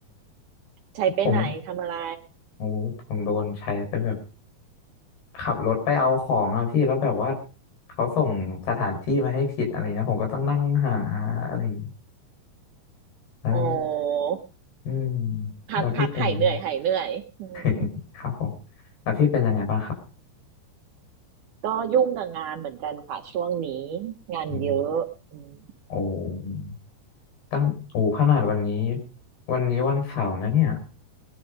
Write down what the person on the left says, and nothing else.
ผมโอ้โหผมโดนใช้ไปแบบขับรถไปเอาของอะพี่แล้วแบบว่าเขาส่งสถานที่มาให้ผิดอะไรเงี้ยผมก็ต้องนั่งหาอะไรอย่างเงี้ยอ่า
อืม
แล้วพี่เป็น <laughs> ยังไง <laughs> ครับผมแล้วพี่เป็นยังไงบ้างครับ
อืมโอ้ ตั้งโอ้ขนาดวันนี้วันนี้วันเสาร์นะเนี่ย